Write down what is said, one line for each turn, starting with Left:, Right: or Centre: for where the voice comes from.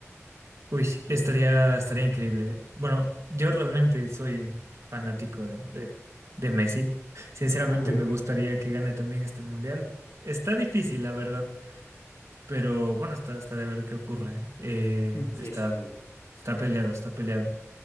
Right: uy, estaría, estaría increíble. Bueno, yo realmente soy un fanático de, de- de Messi. Sinceramente
Left: Ujú.
Right: me gustaría que gane también este mundial. Está difícil, la verdad, pero bueno, está, está de ver qué ocurre. Eh,
Left: Sí,
Right: está,
Left: sí, obvio.
Right: está peleado, está peleado.